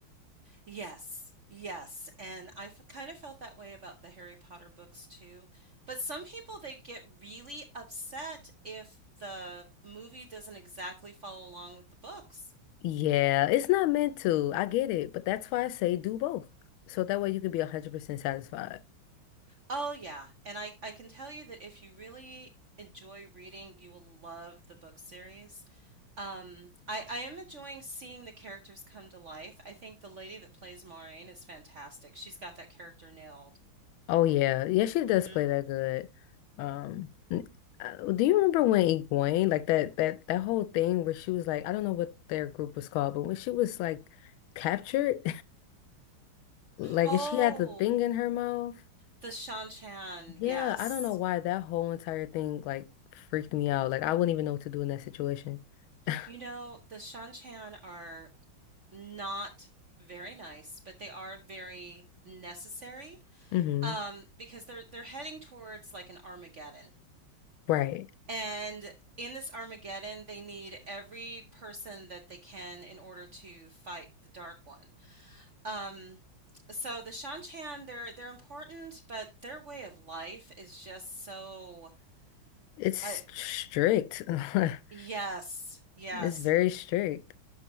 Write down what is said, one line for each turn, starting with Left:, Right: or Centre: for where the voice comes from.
Right: Yes. Yes. And I f kind of felt that way about the Harry Potter books too. But some people they get really upset if the movie doesn't exactly follow along with the books.
Left: Yeah, it's not meant to. I get it, but that's why I say do both. So that way you can be 100% satisfied.
Right: Oh yeah, and I I can tell you that if you really enjoy reading, you will love the book series. Um, I I am enjoying seeing the characters come to life. I think the lady that plays Maureen is fantastic. She's got that character nailed.
Left: Oh yeah. Yeah, she does
Right: Mm-hmm.
Left: play that good. Um n- uh, do you remember when Egwene, like that that that whole thing where she was like, I don't know what their group was called, but when she was like captured, <laughs> like
Right: Oh,
Left: and she had the thing in her mouth.
Right: the Shan Chan,
Left: Yeah,
Right: yes.
Left: I don't know why that whole entire thing like freaked me out. Like I wouldn't even know what to do in that situation. <laughs>
Right: You know, the Shan Chan are not very nice, but they are very necessary
Left: hmm
Right: um, because they're they're heading towards like an Armageddon.
Left: Right.
Right: And in this Armageddon, they need every person that they can in order to fight the Dark One. Um, so the Shanchan, they're they're important, but their way of life is just so.
Left: It's
Right: I
Left: strict. <laughs>
Right: yes, yes,
Left: It's very strict.